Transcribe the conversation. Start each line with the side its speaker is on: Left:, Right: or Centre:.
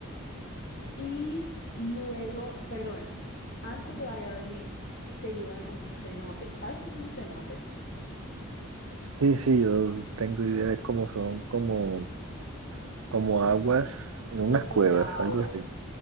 Left: Y luego, perdón, antes de Valladolid te llevan a un cenote. ¿Sabes qué es un cenote?
Right: sí, sí, yo tengo idea de cómo son como, como aguas en unas
Left: Cuerpos
Right: cuevas,
Left: de agua.
Right: algo así.